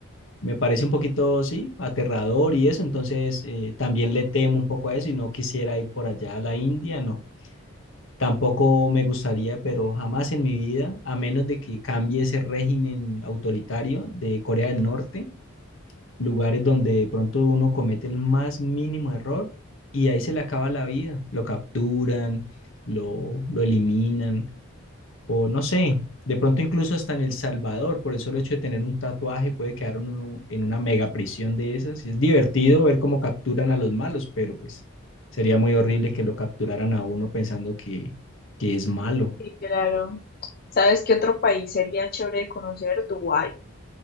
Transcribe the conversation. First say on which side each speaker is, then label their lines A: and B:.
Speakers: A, on the left (about 65°); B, on the left (about 45°).
A: me parece un poquito, sí, aterrador y eso, entonces eh, también le temo un poco a eso y no quisiera ir por allá a la India, no. Tampoco me gustaría, pero jamás en mi vida, a menos de que cambie ese régimen autoritario de Corea del Norte lugares donde de pronto uno comete el más mínimo error y ahí se le acaba la vida. Lo capturan, lo, lo eliminan, o no sé, de pronto incluso hasta en El Salvador, por el solo hecho de tener un tatuaje, puede quedar uno en una mega prisión de esas. Y es divertido ver cómo capturan a los malos, pero pues sería muy horrible que lo capturaran a uno pensando que, que es malo.
B: Sí, claro. ¿Sabes qué otro país sería chévere de conocer? Dubái.